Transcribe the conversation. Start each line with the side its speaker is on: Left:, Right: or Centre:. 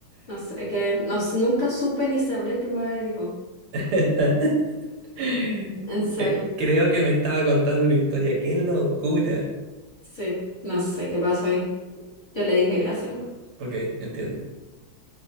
Left: no sé qué, no, s- nunca supe ni sabré qué me dijo.
Right: <laughs>
Left: En serio,
Right: Eh, Creo que me estaba contando una historia. ¡Qué locura!
Left: sí, no sé qué pasó ahí. Yo le dije gracias. nomás.
Right: Ok, entiendo.